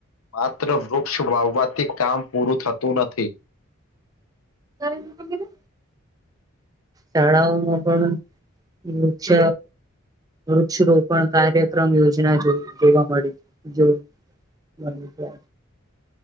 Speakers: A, on the left; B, on the right.
A: માત્ર વૃક્ષ વાવવાથી કામ પૂરું થતું નથી.
B: ગ વગેરે શાળાઓમાં પણ વૃક્ષ વૃક્ષ રોપણ કાર્ય મ યોજના જોવા મળી મળ